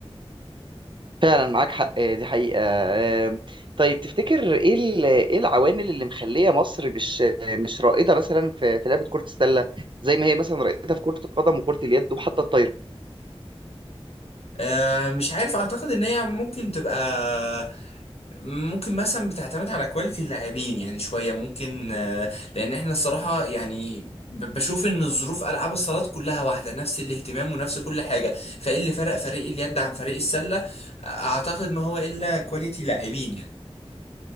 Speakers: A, on the right (about 50°); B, on the left (about 75°).
A: فعلا معاك حق آه، دي حقيقة آه، طيب تفتكر ايه ال- ايه العوامل اللي مخلية مصر مش آه، مش رائدة مثلا في في لعبة كرة السلة زي ما هي مثلا رائدة في كرة القدم وكرة اليد وحتى الطايرة
B: أه مش عارف اعتقد ان هي ممكن تبقى ممكن مثلا بتعتمد على كواليتي اللاعبين يعني شوية ممكن آه، لأن احنا الصراحة يعني ب- بشوف إن الظروف ألعاب الصالات كلها واحدة نفس الاهتمام ونفس كل حاجة فإيه اللي فرق فريق اليد عن فريق السلة أعتقد ما هو إلا كواليتي لاعبين يعني